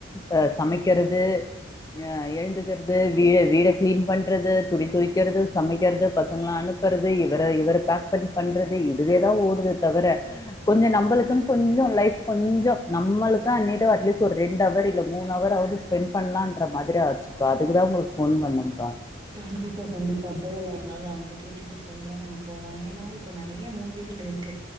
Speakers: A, on the left; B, on the right.
A: அ சமை இருக்கிறது ஆ ஏழுந்துக்கிறது வீடு வீட கிளீன் பண்றது துணி துவக்கிறது சமைக்கிறது பசங்களா அனுப் இவரது இவர இவர பேக் பண்ண பண்றது இதுவேதா ஓடுது தவர கொஞ்ச நம்பளுக்கு கொஞ்ச லைஃப் கொஞ்ச நம்மளுக்க அ அட்லீஸ் ஒரு ரெண்டுஅவர் இல்ல மூணு அவர் ஸ்பெண்ட் பண்ணலான்ற மாரி ஆச்சுப்பா அதுக்குதா உங்களுக்கு போன் பண்ணப்பா
B: கண்டிப்பா கண்டிப்பா போகல ஒரு நாள் அவங்கட்ட கேட் கேட்டுட்டு சொல்ற நம்ம போலா ஏன்னா இப்ப நெறையா மூவிகள் இருக்கு